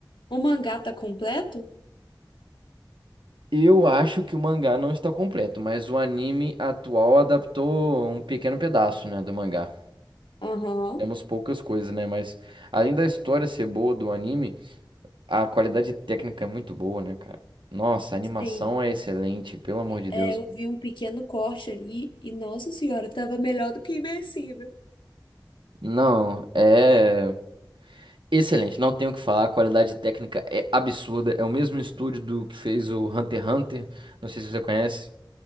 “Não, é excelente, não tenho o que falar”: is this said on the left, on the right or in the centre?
Right